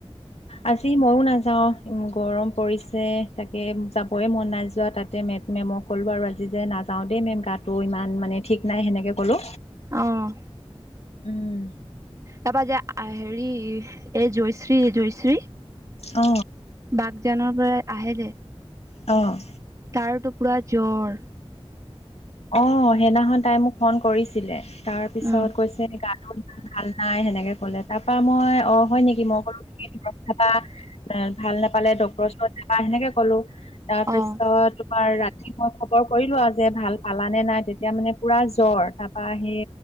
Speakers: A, on the left; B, on the right.
A: আজি মইও নাযাও, ই গৰম পৰিছে তাকে যাবই মন নাই যোৱা তাত তে মে মেমক ক'লো আৰু আজি যে নাযাও দেই মেম গাতটো ইমান মানে ঠিক নাই, সেনেকে ক'লো।
B: অহ
A: উম
B: তাৰপা যে আহ হেৰি এ জয়শ্ৰী, জয়শ্ৰী
A: অ
B: বাগজানৰ পৰা আহে দে।
A: অ'।
B: তাৰটো পুৰা জ্বৰ।
A: অ, সেইদিনাখন তাই মোক ফোন কৰিছিলে, তাৰ পিছত
B: উম
A: কৈছে গাতো ভাল নাই, সেনেকে ক'লে। তাৰ পৰা মই অ, হয়, নেকি মই কলো তুমি দৰব খাবা, ভাল নাপালে ড ডক্টৰ ওচৰত যাবা সেনেকে ক'লো, তাৰ পিছত
B: অ
A: তোমাৰ ৰাতি মই খবৰ কৰিলো আৰু যে ভাল। পালা নে নাই, তেতিয়া মানে পুৰা জ্বৰ তাৰ পা সেই